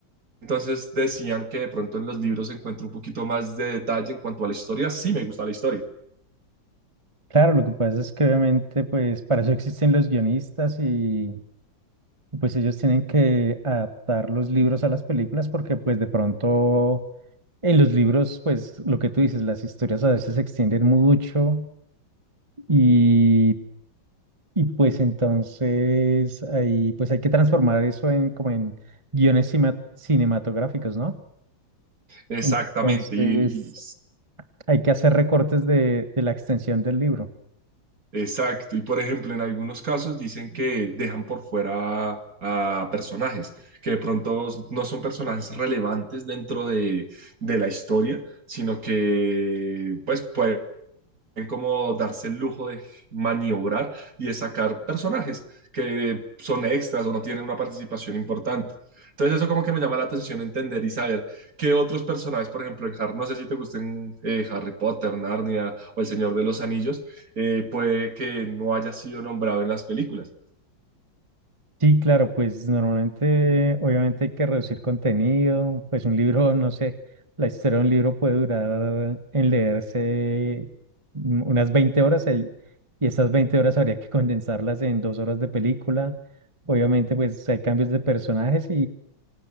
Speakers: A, on the right; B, on the right.
A: Entonces decían que de pronto en los libros se encuentra un poquito más de detalle en cuanto a la historia. Sí, me gusta la historia.
B: Claro, lo que pasa es que obviamente, pues para eso existen los guionistas y Pues ellos tienen que adaptar los libros a las películas porque pues de pronto en los libros pues lo que tú dices, las historias a veces se extienden mucho y, y pues entonces ahí pues hay que transformar eso en como en guiones cima- cinematográficos, ¿no?
A: Exactamente.
B: Entonces
A: Y, y
B: hay que hacer recortes de, de la extensión del libro.
A: Exacto, y por ejemplo, en algunos casos dicen que dejan por fuera a personajes, que de pronto no son personajes relevantes dentro de, de la historia, sino que pues pueden en cómo darse el lujo de maniobrar y de sacar personajes que son extras o no tienen una participación importante. Entonces eso como que me llama la atención entender y saber qué otros personajes, por ejemplo, en Harry, no sé si te gusten eh, Harry Potter, Narnia o El Señor de los Anillos, eh, puede que no haya sido nombrado en las películas.
B: Sí, claro, pues normalmente, obviamente hay que reducir contenido, pues un libro, <laughs> no sé, la historia de un libro puede durar en leerse mm, unas 20 horas el- y esas 20 horas habría que condensarlas en dos horas de película. Obviamente, pues hay cambios de personajes